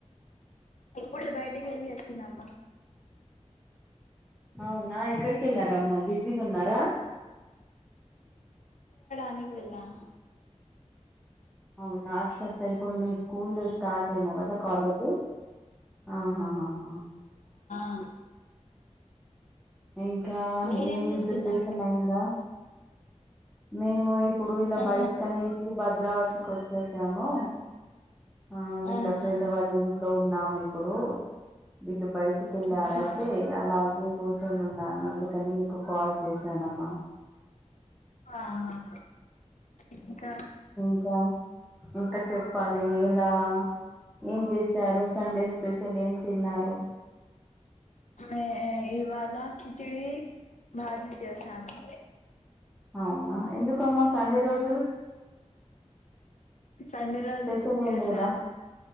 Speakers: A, on the left; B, in the centre.
A: ఎప్పుడే బయటికి వెళ్ళి వచ్చినమ్మ
B: అవునా ఎక్కడికి వెళ్ళారమ్మా బిజీగా ఉన్నారా
A: పనికి వెళ్ళాను
B: అవునా అచ్చ చ్చా ఇప్పుడు మీ స్కూల్ స్టార్ట్ ఎమో గదా కాలేజ్ ఆహహహ
A: ఆ
B: ఇంకా
A: మీరేం
B: ఈవినింగ్
A: చేస్తున్నారు
B: ప్రిపరేషన్ అయిందా మేము ఇప్పుడు ఇలా
A: ఆ
B: బయట కనేసి భద్రావతికి వచ్చేసాము ఆ వీళ్ళ
A: ఆహా
B: ఫ్రెండ్ వాళ్ళ ఇంట్లో ఉన్నాము ఇప్పుడు వీళ్ళు బయ్ టికెళ్ళారైతే
A: అచ్చా
B: అలాగే కూర్చొని ఉన్నాను అందుకని మీకు కాల్ చేశానమ్మా
A: ఆహా ఇంకా
B: ఇంకా ఇంకా చెప్పాలి ఇలా ఏం చేశారు సండే స్పెషల్ ఏం తిన్నారు
A: మే ఇవాళ కిచడి భాజీ చేసాము
B: అవునా ఎందుకమ్మా సండే రోజు
A: సండే రోజు
B: స్పెషల్ ఏం
A: చేశా
B: లేదా